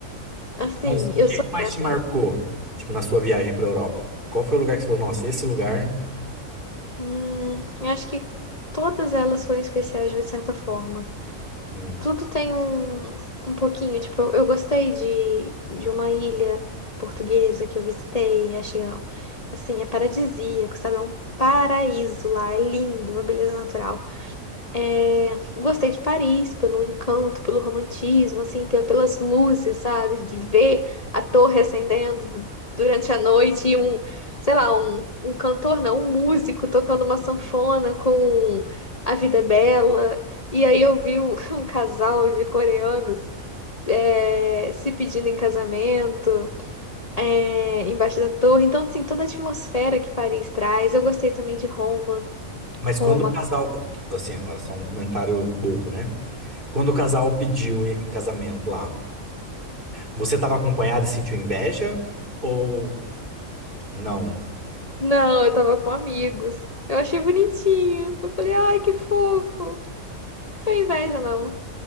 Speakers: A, on the left (about 30°); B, on the right (about 40°).
A: Assim,
B: Mas o
A: eu
B: que
A: sou
B: mais
A: quieta.
B: te marcou, tipo, na sua viagem pra Europa? Qual foi o lugar que você falou, nossa, esse lugar...
A: Hum, eu acho que todas elas foram especiais de certa forma.
B: hum.
A: Tudo tem um, um pouquinho, tipo, eu, eu gostei de, de uma ilha portuguesa que eu visitei, achei, ó, assim, é paradisíaco, sabe? É um paraíso lá, é lindo, uma beleza natural. É, gostei de Paris pelo encanto, pelo romantismo, assim, pe- pelas luzes, sabe? De ver a torre acendendo du- durante a noite e um, sei lá, um, um cantor, não, um músico tocando uma sanfona com A Vida é Bela. E aí eu vi um, <laughs> um casal de coreanos é, se pedindo em casamento, é, embaixo da torre. Então, assim, toda a atmosfera que Paris traz. Eu gostei também de Roma.
B: Mas
A: Roma.
B: quando o casal... Assim, agora só um comentário bobo, né? Quando o casal pediu em casamento lá, você estava acompanhada e sentiu inveja? Ou não?
A: Não, eu tava com amigos. Eu achei bonitinho. Eu falei, ai, que fofo. Foi inveja, não.